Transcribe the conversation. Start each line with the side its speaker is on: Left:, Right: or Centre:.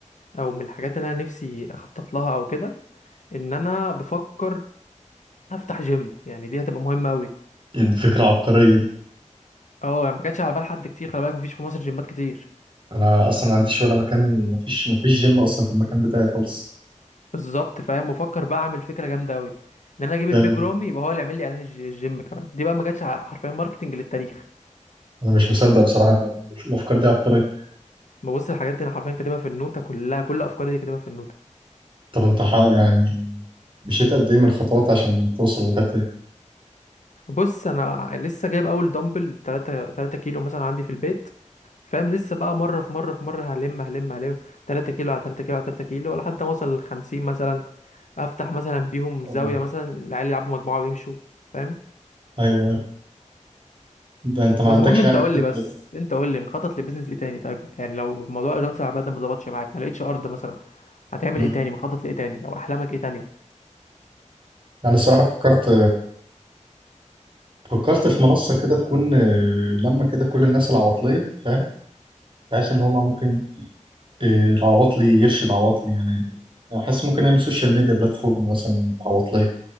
Left: أو من الحاجات اللي أنا نفسي أخطط لها أو كده إن أنا بفكر أفتح جيم يعني دي هتبقى مهمة أوي
Right: <laughs> إيه الفكرة العبقرية دي
Left: أه يعني ما كانتش على بال حد كتير خلي بالك مفيش في مصر جيمات كتير
Right: أنا أصلا ما عنديش ولا مكان مفيش مفيش جيم أصلا في المكان بتاعي خالص
Left: بالظبط فاهم بفكر بقى أعمل فكرة جامدة أوي إن أنا أجيب
Right: تعمل
Left: البيج
Right: إيه؟
Left: رامي يبقى هو اللي يعمل لي إعلان الج- الجيم كمان دي بقى ما جاتش على- حرفيا ماركتنج للتاريخ
Right: أنا مش مصدق بصراحة إن الأفكار دي عبقرية
Left: ببص الحاجات دي أنا حرفيا كاتبها في النوتة كلها كل أفكاري دي كاتبها في النوتة
Right: طب أنت ح... يعني مشيت قد إيه من الخطوات عشان توصل للحتة دي؟
Left: بص انا لسه جايب اول دمبل 3 3 كيلو مثلا عندي في البيت فاهم لسه بقى مره في مره في مره هلم هلم هلم 3 كيلو على 3 كيلو على 3 كيلو لحد ما اوصل ل 50 مثلا افتح مثلا بيهم
Right: أه
Left: زاويه مثلا العيال يلعبوا مجموعه ويمشوا فاهم
Right: أيوه أيوه ده أنت ما
Left: بس
Right: عندكش
Left: المهم انت
Right: يعني
Left: قول
Right: كده
Left: لي
Right: التلاتات؟
Left: بس انت قول لي مخطط لبيزنس ايه تاني طيب يعني لو موضوع اجنس العمال ده ما ظبطش معاك ما لقيتش ارض مثلا هتعمل
Right: مم.
Left: ايه تاني مخطط لايه تاني او احلامك ايه تاني
Right: يعني الصراحة فكرت فكرت في منصة كده تكون آه، لما كده كل الناس العواطلية فاهم؟ بحيث ان هما ممكن إيه، العواطلي يرشد عواطلي يعني أنا حاسس ممكن نعمل سوشيال ميديا بلاتفورم مثلا عواطلية